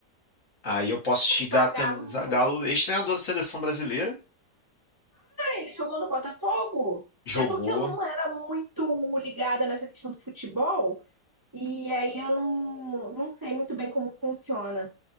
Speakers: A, on the left; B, on the right.
A: Aí eu posso te dar
B: Zagallo,
A: também, Zagallo, ex-treinador da seleção brasileira,
B: ele jogou no Botafogo.
A: jogou.
B: É porque eu não era muito ligada nessa questão do futebol, e aí eu não, não sei muito bem como funciona.